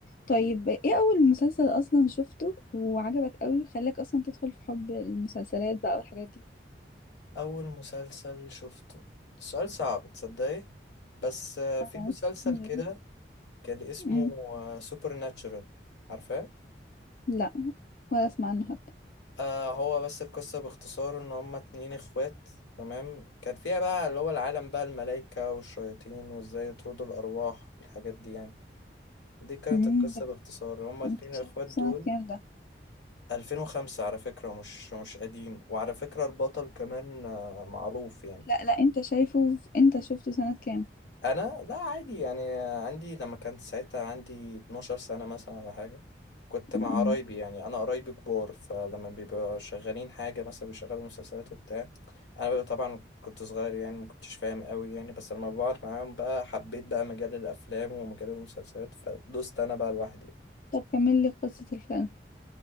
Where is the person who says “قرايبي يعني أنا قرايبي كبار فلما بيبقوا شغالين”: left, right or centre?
Left